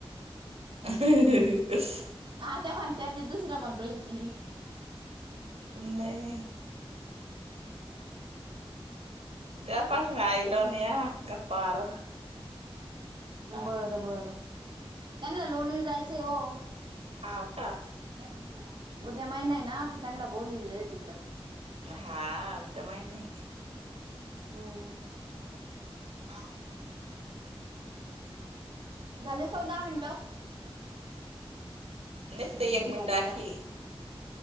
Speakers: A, on the right; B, on the right.
A: <unintelligible>
B: आ त्या म्हणते ते दुसरं म्हण रोय त.
A: नाही ्या पाठण आईल नाही या गप्पाार.
B: बरं बर त्यांनला लोणीला जायचंय हो.
A: हाव का
B: म उद्या महिना आहे ना आता त्यांना बोलोललं आहे तिकडं.
A: हा उद माय नाही.
B: हम्.
A: हा.
B: झाले ख दहा मिनटं.
A: नुसतं
B: हम्
A: एक मिनिट
B: घला
A: बाकी
B: का.